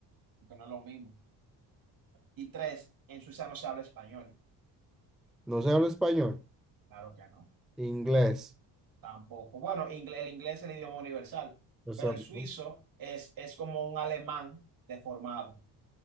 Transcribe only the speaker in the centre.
no se habla español,
inglés.
O sea,
¿no?